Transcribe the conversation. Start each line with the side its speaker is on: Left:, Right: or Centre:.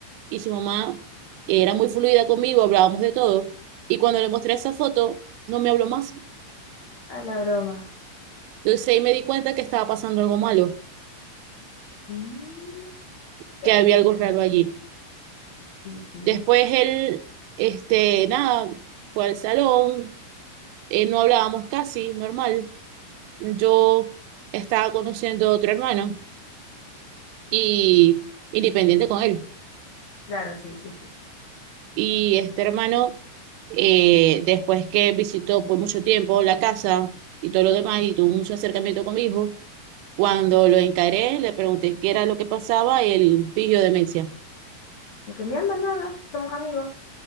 Right: y su mamá era muy fluida conmigo, hablábamos de todo. Y cuando le mostré esa foto, no me habló más.
Left: Ah, la broma.
Right: Entonces ahí me di cuenta que estaba pasando algo malo,
Left: Mm, ya,
Right: que había algo raro allí.
Left: sí, sí,
Right: Después
Left: ya.
Right: él, este, nada, fue al salón, eh, no hablábamos casi, normal. Yo estaba conociendo a otro hermano y independiente con él.
Left: Claro, sí, sí, sí.
Right: Y este hermano, eh, después que visitó por mucho tiempo la casa y todo lo demás, y tuvo mucho acercamiento con mi hijo, cuando lo encaré, le pregunté qué era lo que pasaba, él fingió demencia.
Left: Porque mi alma nada, somos amigos.